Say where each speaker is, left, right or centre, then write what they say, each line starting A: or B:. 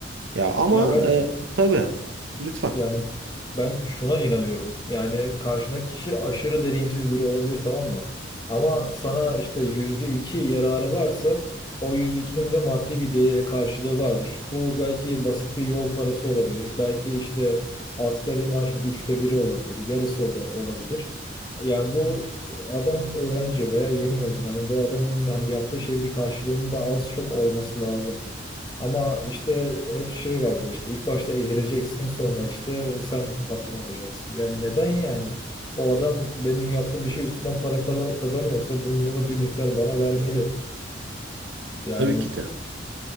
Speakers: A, on the right; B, on the left.
A: Ya ama
B: ya ben
A: e, tabii lütfen.
B: Yani ben şuna inanıyorum. Yani karşındaki kişi aşırı deneyimsiz biri olabilir tamam mı? Ama sana işte yüzde iki yararı varsa o yüzde ikinin de maddi bir değer karşılığı vardır. Bu belki basit bir yol parası olabilir. Belki işte asgari maaşın üçte biri olabilir. Yarısı oraya olabilir. Yani bu adam öğrenci veya yeni mezun. Hani bu adamın hani yaptığı şeyin bir karşılığının da az çok olması lazım. Ama işte hep şey var böyle işte ilk başta ezileceksin sonra işte sen patron olacaksın. Yani neden yani? O adam benim yaptığım bir şey üstünden para kala- kazanıyorsa bunun da bir miktar bana vermeli. Yani
A: Tabii ki de.